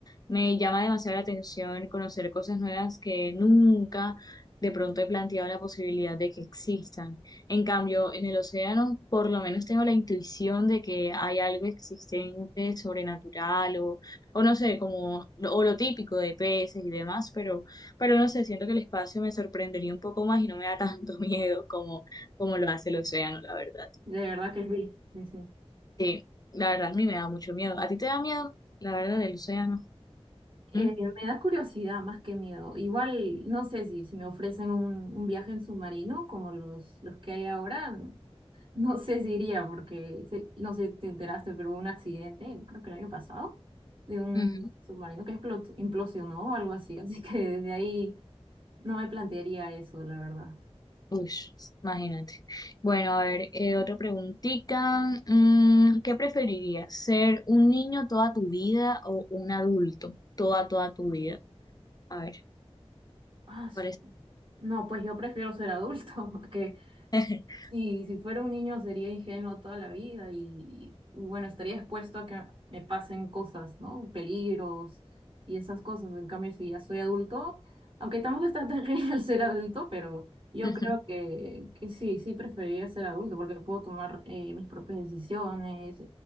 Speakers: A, on the left (about 35°); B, on the right (about 50°).
A: Me llama demasiado la atención conocer cosas nuevas que nunca de pronto he planteado la posibilidad de que existan. En cambio, en el océano, por lo menos tengo la intuición de que hay algo existente, sobrenatural o, o no sé, como o lo típico de peces y demás, pero, pero no sé, siento que el espacio me sorprendería un poco más y no me da tanto <laughs> miedo como, como lo hace el océano, la verdad.
B: De verdad que sí.
A: Sí, la verdad a mí me da mucho miedo. ¿A ti te da miedo? La verdad del océano.
B: Eh,
A: ¿Mm?
B: me da curiosidad más que miedo. Igual, no sé si, si me ofrecen un, un viaje en submarino como los, los que hay ahora, <laughs> no sé si iría porque, se- no sé si te enteraste, pero hubo un accidente, creo que el año pasado, de un
A: Ujú.
B: submarino que explotó, implosionó o algo así. <laughs> Así que desde ahí no me plantearía eso, la verdad.
A: Uy, imagínate. Bueno, a ver, eh, otra preguntita. Mm, ¿qué preferirías? ¿Ser un niño toda tu vida o un adulto toda, toda tu vida? A ver,
B: Ah, su-
A: ¿cuál es?
B: no, pues yo prefiero ser adulto <laughs> porque
A: <laughs>
B: Sí, si fuera un niño sería ingenuo toda la vida y, y, bueno, estaría expuesto a que me pasen cosas, ¿no? Peligros y esas cosas. En cambio, si ya soy adulto, aunque tampoco está tan <laughs> genial ser adulto, pero yo
A: Ujú,
B: creo que, que sí, sí preferiría ser adulto porque puedo tomar eh, mis propias decisiones,